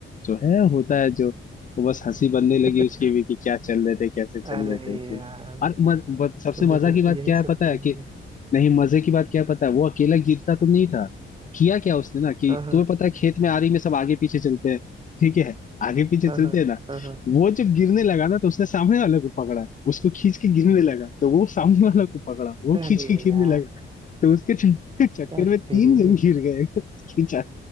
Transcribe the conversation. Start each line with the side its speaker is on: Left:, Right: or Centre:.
Left: जो है होता है जो तो बस हंसी बनने लगी
Right: <laughs>
Left: उसकी भी कि क्या चल रहे थे कैसे चल
Right: अरे
Left: रहे थे उसमें
Right: यार
Left: और मज, ब- सबसे
Right: तो
Left: मजा
Right: देखो
Left: की बात
Right: यही
Left: क्या है
Right: सब
Left: पता
Right: चीज
Left: है कि
Right: है
Left: नहीं मजे की बात क्या है पता है वो अकेला गिरता तो नहीं था किया क्या उसने ना कि
Right: हाँ हाँ
Left: तुम्हें पता है खेत में आरी में सब आगे पीछे चलते हैं ठीक है आगे पीछे
Right: हाँ
Left: चलते
Right: हाँ
Left: हैं ना
Right: हाँ हाँ
Left: वो जब गिरने लगा ना तो उसने सामने वाले को पकड़ा उसको खींच के गिरने लगा तो वो सामने वाला को पकड़ा वो
Right: अरे
Left: खींच के गिरने
Right: यार
Left: लगा तो उसके चक- चक्कर
Right: क्या
Left: में तीन
Right: तेरे
Left: जन
Right: ये
Left: गिर गए <laughs> खींचा